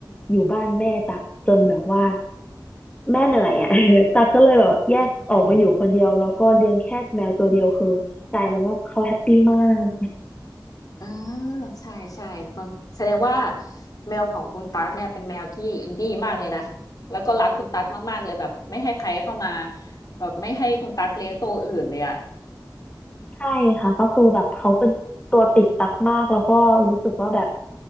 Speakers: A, on the left (about 15°); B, on the left (about 50°).
A: อยู่บ้านแม่ตั๊กจนแบบว่าแม่เหนื่อยอ่ะ <laughs> ตั๊กก็เลยแบบแยกออกมาอยู่คนเดียวแล้วก็เลี้ยงแค่แมวตัวเดียวคือกลายเป็นว่าเขาแฮปปี้มาก
B: อืม อ่าใช่ใช่บางแสดงว่าแมวของคุณตั๊กเนี่ยเป็นแมวที่อินดี้มากเลยนะแล้วก็รักคุณตั๊กมากๆเลยแบบไม่ให้ใครเข้ามาแบบไม่ให้คุณตั๊กเลี้ยงตัวอื่นเลยอ่ะ
A: ใช่ค่ะก็คือแบบเขาเป็นตัวติดตักมากแล้วก็รู้สึกว่าแบบ